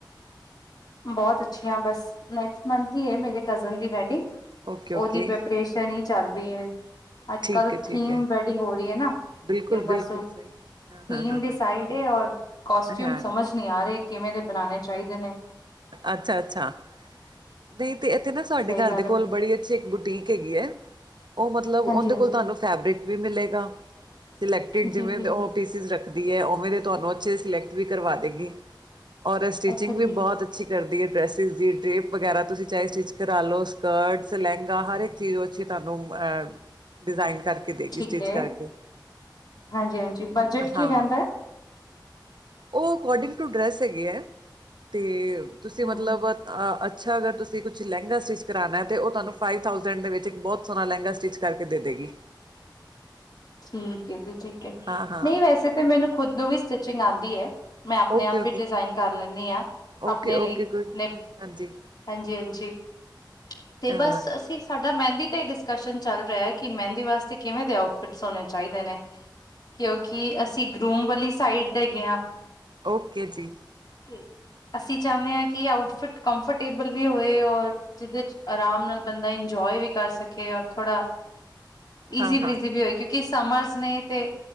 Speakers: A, on the left; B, on the right.
A: ਬਹੁਤ ਅੱਛੀਆਂ ਬਸ ਨੈਕਸਟ ਮੰਥ ਹੀ ਹੈ ਮੇਰੇ ਕਜ਼ਨ ਦੀ ਵੈਡਿੰਗ।
B: ਓਕੇ
A: ਉਹਦੀ
B: ਓਕੇ
A: ਪ੍ਰੈਪਰੇਸ਼ਨ ਹੀ ਚੱਲਦੀ। ਅੱਜ
B: ਠੀਕ
A: ਕੱਲ੍ਹ
B: ਹੈ ਠੀਕ
A: ਥੀਮ
B: ਹੈ
A: ਵੈਡਿੰਗ ਹੋ ਰਹੀ ਹੈ ਨਾ
B: ਬਿਲਕੁਲ
A: ਤੇ ਉਹ ਬਸ।
B: ਬਿਲਕੁਲ ਸਹੀ ਹਾਂ
A: ਥੀਮ
B: ਹਾਂ ਹਾਂ
A: ਡ ਸਾਈ ਔਰ
B: ਹਾਂ
A: ਕੋਸਟਿਊਮ
B: ਹਾਂ
A: ਸਮਝ ਨਹੀਂ ਆ ਰਹੇ ਕਿਵੇਂ ਦੇ ਬਣਾਉਣੇ ਚਾਹੀਦੇ ਨੇ।
B: ਅੱਛਾ ਅੱਛਾ ਤੇ ਇੱਥੇ ਨਾ ਤੁਹਾਡੇ
A: ਸਹੀ
B: ਘਰ
A: ਗੱਲ
B: ਦੇ ਕੋਲ
A: ਹੈ
B: ਬੜੀ ਅੱਛੀ ਇੱਕ ਬੁਟੀਕ ਹੈਗੀ ਹੈ। ਉਹ ਮਤਲਬ
A: ਹਾਂਜੀ
B: ਉਹਦੇ
A: ਹਾਂਜੀ
B: ਕੋਲ ਤੁਹਾਨੂੰ ਫੈਬਰਿਕ ਵੀ ਮਿਲੇਗਾ ਸਕਟ
A: ਜੀ
B: ਜਿਵੇਂ
A: ਜੀ
B: ਪੀਸ ਹੈ ਉਹਵੇੇਰੇ ਤੁਹਾਨੂੰ ਅੱਛੇ ਸਿਲੈਕਟ ਵੀ ਕਰਵਾ ਦੇਗੀ ਔਰ ਸਟੀਿਚਿੰਗ
A: ਅੱਛਾ
B: ਵੀ
A: ਜੀ
B: ਬਹੁਤ ਅੱਛੀ ਕਰਦੀ ਹੈ ਡਰੈਸਿਸ ਦੀ ਡਰੇਪ ਵਗੈਰਾ ਤੁਸੀਂ ਚਾਹੇ ਸਟਿਚ ਕਰਾ ਲਓ ਸਕਰਟਸ ਲਹਿੰਗਾ ਹਰ ਇੱਕ ਚੀਜ਼ ਉੱਛੇ ਤੁਹਾਨੂੰ ਅਹ ਡਿਜ਼ਾਇਨ ਕਰਕੇ ਦੇਗੀ
A: ਠੀਕ
B: ਸਟਿਚ
A: ਹੈ
B: ਕਰਕੇ
A: ਹਾਂਜੀ ਹਾਂਜੀ ਬਜਟ ਕੀ
B: ਹਾਂ।
A: ਰਹਿੰਦਾ
B: ਉਹ ਅਕੋਰਡਿੰਗ ਟੂ ਡਰੈਸ ਹੈਗੀ ਹੈ, ਤੇ ਤੁਸੀਂ
A: ਹੈ
B: ਮਤਲਬ ਅੱਛਾ ਅਗਰ ਤੁਸੀਂ ਕੁਛ ਲਹਿੰਗਾ ਸਟਿਚ ਕਰਉਣਾ ਤਾਂ ਉਹ ਤੁਹਾਨੂੰ ਫਾਈਵ ਥਾਸਂ ਦੇ ਵਿੱਚ ਇੱਕ ਬਹੁਤ ਸੋਹਣਾ ਲਹਿੰਗਾ ਸਟਿੱਚ ਕਰਕੇ ਦੇਗੀ। ਹੀ
A: ਠੀਕ ਹੈ ਜੀ, ਠੀਕ ਹੈ,
B: ਹਾਂ ਹਾਂ
A: ਨਹੀਂ ਵੈਸੇ ਤਾਂ ਮੈਨੂੰ ਖੁਦ ਨੂੰ ਵੀ ਸਟਿਚਿੰਗ ਆਂਦੀ ਹੈ। ਮੈਂ, ਆਪਣੇ
B: ਓਕੇ
A: ਆਪ
B: ਓਕੇ
A: ਵੀ ਡਿਜ਼ਾਇਨ ਕਰ ਲੈਂਨੀ ਆਂ, ਆਪਣੇ
B: ਓਕੇ ਓਕੇ
A: ਲਈ
B: ਗੁੱਡ
A: ਨੇ,
B: ਹਾਂਜੀ
A: ਹਂਜੀ -ਹਂਜੀ। ਤੇ
B: ਹਾਂ
A: ਬਸ ਅਸੀਂ ਸਾਡਾ, ਮਹਿੰਦੀ ਤੇ ਡਿਸਕਸ਼ਨ ਚੱਲ ਰਿਹੈ, ਕਿ ਮਹਿੰਦੀ ਵਾਸਤੇ ਕਿਵੇਂ ਦੇ ਸੋਨੇ ਚਾਹੀਦੇ ਨੇ। ਕਿਉਂਕਿ ਅਸੀਂ ਗਰੂਮ ਵਾਲੀ ਸਾਈਡ ਦੇਗੇ ਹ
B: ਓਕੇ ਜੀ।
A: ਹ ਅਸੀਂ ਚਾਨੇ ਹਾਂ ਕਿ, ਆਊਟਫਿਟ ਕੰਫਰਟੇਬਲ ਵੀ ਹੋਏ, ਔਰ ਜਿਹਦੇ ਚ ਆਰਾਮ ਨਾਲ ਬੰਦਾ ਇੰਜੋ ਵੀ ਕਰ ਸਕੇਆ ਥੋੜਾ, ਇਜ਼ੀ-
B: ਹਾਂ
A: ਬ੍ਰਿਜ਼ੀ
B: ਹਾਂ
A: ਵੀ ਹੋ ਕਿ ਸਮਰਸ ਨੇ, ਤੇ